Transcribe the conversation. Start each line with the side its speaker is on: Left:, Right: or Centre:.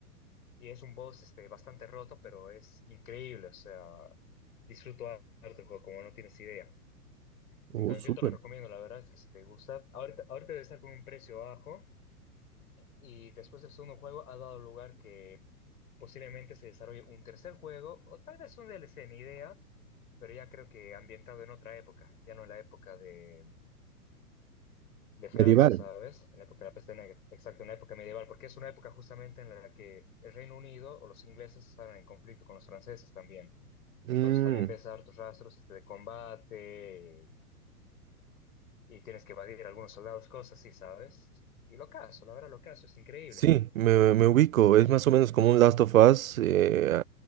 Left: Y es un boss este, bastante roto, pero es increíble. O sea, disfruto harto el juego, como no tienes idea.
Right: Oh,
Left: Entonces
Right: súper.
Left: yo te lo recomiendo, la verdad es que si te gusta, ahorita, ahorita debe estar con un precio bajo. Y después del segundo juego ha dado lugar que posiblemente se desarrolle un tercer juego o tal vez un DLC, ni idea, pero ya creo que ambientado en otra época, ya no en la época de de Francia,
Right: Medieval.
Left: ¿sabes? En la época de la peste negra. Exacto, en la época medieval, porque es una época justamente en la que el Reino Unido o los ingleses estaban en conflicto con los franceses también. Entonces
Right: Mm.
Left: también ves hartos rastros este, de combate y tienes que evadir a algunos soldados, cosas así, ¿sabes? Y lo caso, la verdad lo caso, es increíble.
Right: Sí, me, me ubico. Es más o menos como un Last of Us eh,